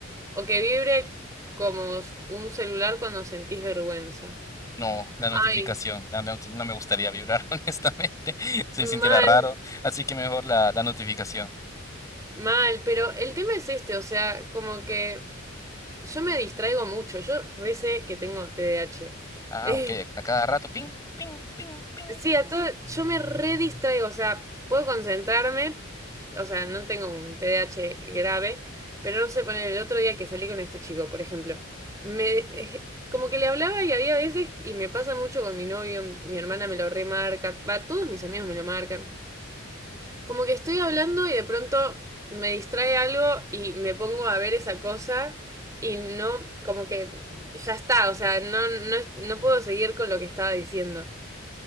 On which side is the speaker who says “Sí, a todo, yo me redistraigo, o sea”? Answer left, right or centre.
Right